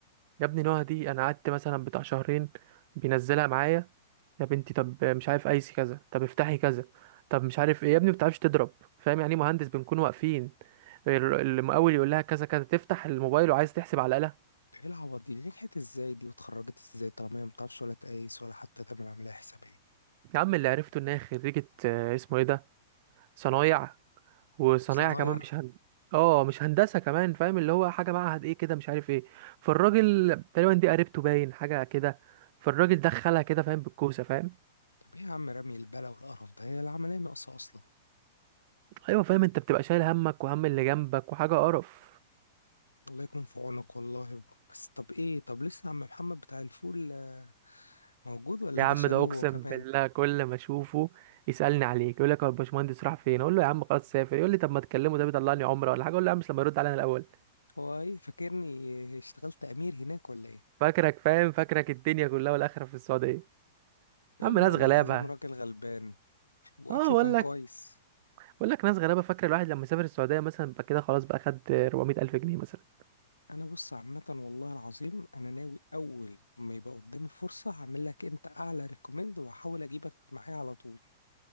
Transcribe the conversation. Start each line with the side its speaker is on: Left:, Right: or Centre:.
Right: يا ابني نهى دي انا قعدت مثلا بتاع شهرين بينزلها معايا يا بنتي طب مش عارف ايسي كذا طب افتحي كذا طب مش عارف ايه يا ابني ما بتعرفش تضرب فاهم يعني ايه مهندس بنكون واقفين ال- المقاول يقول لها كذا كذا تفتح الموبايل وعايز تحسب على الآلة
Left: ايه العبط دي دي نجحت ازاي دي واتخرجت ازاي طالما هي مبتعرفش ولا تقيس ولا حتى تعمل عملية حسابية
Right: يا عم اللي عرفته ان هي خريجة آه، اسمه ايه ده صنايع وصنايع
Left: صنايع
Right: كمان مش هن... اه مش هندسه كمان فاهم اللي هو حاجه معهد ايه كده مش عارف ايه فالراجل تقريبا دي قريبته باين حاجه كده فالراجل دخلها كده فاهم بالكوسه فاهم
Left: طب ايه يا عم رمي البلا والقرف ده هي العملية ناقصة أصلا
Right: ايوه فاهم انت بتبقى شايل همك وهم اللي جنبك وحاجه قرف
Left: الله يكون في عونك والله بس طب ايه طب لسه عم محمد بتاع الفول آه، موجود ولا
Right: يا
Left: ده
Right: عم
Left: شالوه
Right: ده اقسم
Left: هو كمان
Right: بالله كل ما اشوفه يسالني عليك يقول لك هو الباشمهندس راح فين اقول له يا عم خلاص سافر يقول لي طب ما تكلمه ده بيطلعني عمره ولا حاجه اقول له يا عم مش لما يرد علينا الاول
Left: هو ايه فاكرني اشتغلت امير هناك ولا ايه
Right: فاكرك فاهم فاكرك الدنيا كلها والاخره في السعوديه
Left: يا
Right: يا
Left: عم
Right: عم ناس
Left: والله
Right: غلابه
Left: العظيم راجل غلبان واكله
Right: اه بقول
Left: كان كويس
Right: لك بقول لك ناس غلابه فاكره الواحد لما سافر السعوديه مثلا بقى كده خلاص بقى خد 400 الف جنيه مثلا
Left: انا بص عامه والله العظيم انا ناوي اول ما يبقى قدامي فرصه هعمل لك انت اعلى ريكومند وهحاول اجيبك معايا على طول